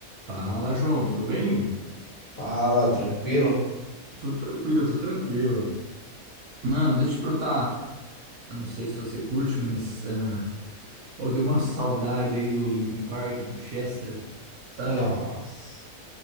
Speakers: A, on the right; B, on the left.
A: Fala, João, tudo bem?
B: Fala, tranquilo?
A: Tudo tranquilo, tudo tranquilo. Mano, deixa eu te perguntar. Eu não sei se você curte, mas. ah, ô, deu uma saudade aí do Linkin Park, do Chester, sabe?
B: Nossa.